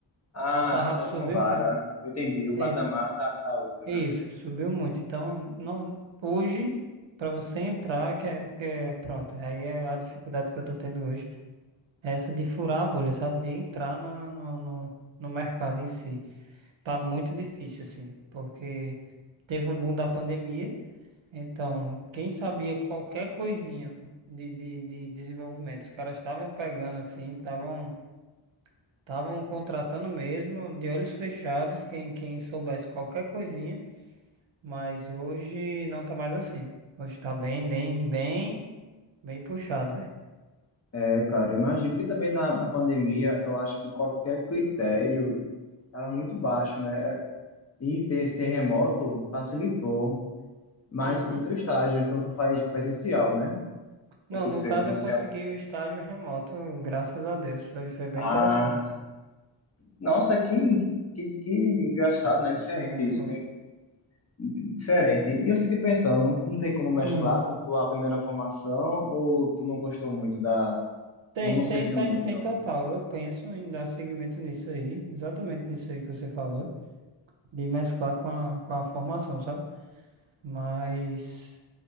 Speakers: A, on the left; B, on the right.
A: Ah,
B: O sarrafo
A: salto
B: subiu
A: com vara.
B: muito.
A: Eu entendi. O patamar
B: Isso,
A: tá, tá outro,
B: isso,
A: né?
B: subiu muito. Então, não, hoje, para você entrar, que é, que é, pronto, aí é a dificuldade que eu tô tendo hoje, é essa de furar a bolha, sabe? De entrar no, no, no, no mercado em si. Tá muito difícil, assim, porque teve um boom da pandemia, então, quem sabia qualquer coisinha de, de, de desenvolvimento, os caras estavam pegando, assim, estavam Estavam contratando mesmo, de olhos fechados, quem, quem soubesse qualquer coisinha, mas hoje não tá mais assim. Hoje tá bem, bem, bem, bem puxado, velho.
A: É, cara, imagino que também na, na pandemia, eu acho que qualquer critério Era muito baixo, né? E ter ser remoto facilitou, mas
B: Uhum.
A: o teu estágio, então tu faz presencial, né?
B: Não,
A: Ou tu
B: no
A: fez
B: caso
A: presencial?
B: eu consegui o estágio remoto, graças a Deus. Foi, foi bem
A: Ah,
B: interessante.
A: nossa, que, que, que engraçado, né? Diferente
B: Foi muito
A: isso,
B: bom.
A: bem diferente. E eu fiquei pensando, não, não tem como mesclar
B: Hum.
A: com tua primeira formação ou tu não gostou muito da,
B: Tem,
A: ou não
B: tem,
A: serviu
B: tem,
A: muito?
B: tem total. Eu penso em dar seguimento nisso aí, exatamente nisso aí que você falou, de mesclar com a, com a formação, sabe? Mas.